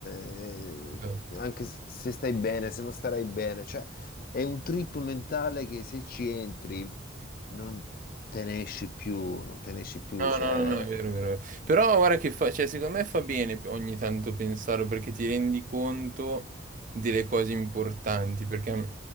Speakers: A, on the left (about 50°); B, on the right (about 45°).
A: eh,
B: No.
A: anche s- se stai bene, se non starai bene, cioè è un trip mentale che se ci entri non te ne esci più, non te ne esci più,
B: No,
A: cioè...
B: no, no, no, è vero, è vero. Però guarda che fa, cioè, secondo me fa bene ogni tanto pensarlo perché ti rendi conto delle cose importanti, perché a